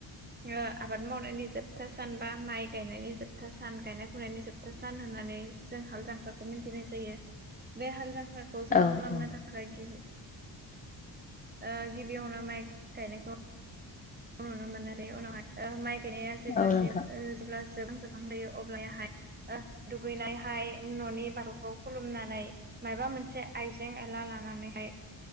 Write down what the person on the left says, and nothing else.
औ
औ
औ नोंथां